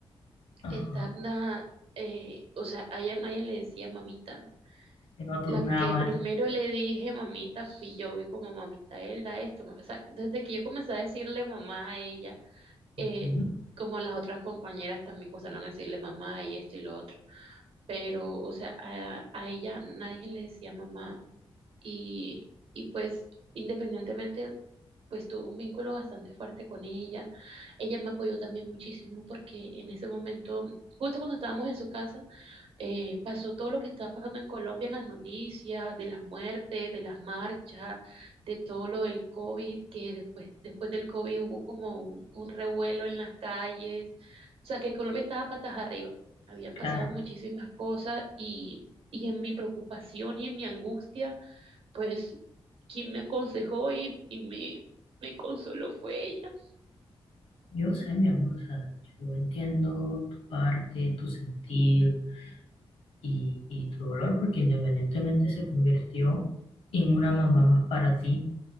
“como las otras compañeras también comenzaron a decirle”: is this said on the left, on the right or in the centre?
Right